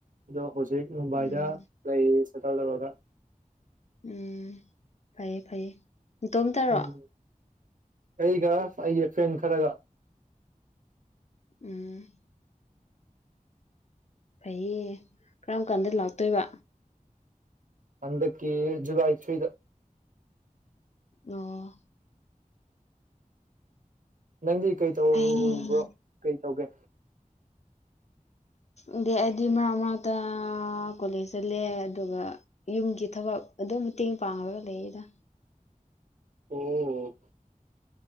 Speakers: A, on the right; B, on the left.
A: ꯑꯗꯣ ꯍꯧꯖꯤꯛ ꯃꯨꯝꯕꯥꯏꯗ
B: ꯎꯝ
A: ꯂꯩꯔꯤ ꯁꯦꯇꯜ ꯇꯧꯔꯒ
B: ꯎꯝ ꯐꯩꯌꯦ ꯐꯩꯌꯦ ꯇꯣꯝ ꯇꯔꯣ
A: ꯎꯝ ꯑꯩꯒ ꯑꯩꯒꯤ ꯐ꯭ꯔꯦꯟ ꯈꯔꯒ
B: ꯎꯝ ꯐꯩꯌꯦ ꯀꯔꯝ ꯀꯥꯟꯗ ꯂꯥꯛꯇꯣꯏꯕ
A: ꯑꯗꯀꯤ ꯖꯨꯂꯥꯏ ꯊ꯭ꯔꯤꯗ
B: ꯑꯣ
A: ꯅꯪꯗꯤ ꯀꯩ ꯇꯧꯕ꯭ꯔꯣ
B: ꯑꯩ
A: ꯀꯩ ꯇꯧꯒꯦ
B: <inaudible> ꯑꯩꯗꯤ ꯃꯛ ꯃꯔꯛꯇ ꯀꯣꯂꯦꯖ ꯆꯠꯂꯦ ꯑꯗꯨꯒ ꯌꯨꯝꯒꯤ ꯊꯕꯛ ꯃ ꯇꯤꯉ ꯄꯥꯉꯒ ꯂꯩꯗ
A: ꯑꯣ